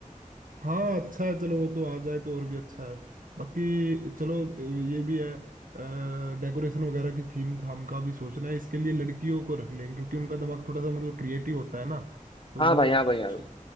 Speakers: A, on the right; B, on the left.
A: हाँ अच्छा है चलो वो तो आ जाए तो और भी अच्छा है बाकी चलो अ, ये भी है डेकोरेशन वगैरह की थीम थाम का भी सोचना है इसके लिए लड़कियों को रख लें क्योंकि उनका दिमाग थोड़ा सा मतलब क्रिएटिव होता है ना तो
B: हाँ
A: वो
B: भाई हाँ भाई हाँ
A: सोच